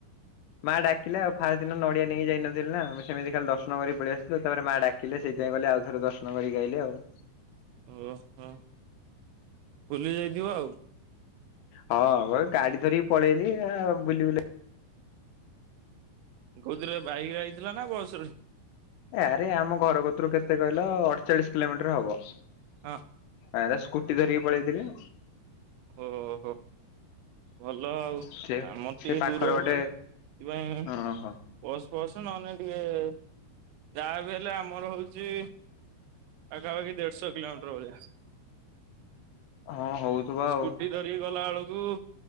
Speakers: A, on the left; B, on the right.
A: ମାଆ ଡାକିଲ ଆଉ ଫାଷ୍ଟ ଦିନ ନଡିଆ ନେଇକି ଯାଇନଥିଲ ଆମ ସେମିତି ଖାଲି ଦର୍ଶନ କରି ପଳେଇ ଆସଥିଲୁ ତାପ ମା ଡାକି କିଲେ ସେଇପାଇଁ ଗଲେ ଆଉଥରେ ଦର୍ଶନ କରିକ ଆଇଲି ଆଉ।
B: ଓହୋ ବୁଲି ଯାଇଥିବ ଆଉ।
A: ହଁ ଗୋଟେ ଗାଡି ଧରିକି ପଳେଇଲି ବୁଲି ବୁଲି
B: କୋଉଥିରେ ବାଇକ ଯଇଥିଲା ନା ବସରେ?
A: ଆୟରେ ଆମ ଘର କତରୁ କେତେ କହିଲ ଅଠଚାଳିଶ କିଲୋମିଟର ହବ।
B: ହଁ।
A: ଆରେ ସ୍କୁଟି ଧରିକି ପଳେଇଥିଲି।
B: ଓ ହୋ। ଭଲ ଆଉ
A: ସେ
B: ଆମର ଟିକେ
A: ସେ ପାଖରେ
B: ଦୂର
A: ଗୋଟେ
B: ହଉଛି ସେଥିପାଇଁ।
A: ହଁ ହଁ
B: ବସ ପସ ନହେଲେ ଟିକେ ଯ ବି ହେଲେ ଆମର ହଉଛି। ପାଖା ପାଖି ଦେଢ଼ଶୋ କିିଲୋମିଟର ଭଳିଆ।
A: ହଁ ହଉଥିବ ଆଉ।
B: ସ୍କୁଟି ଧରିକି ଗଲା ବେଳକୁ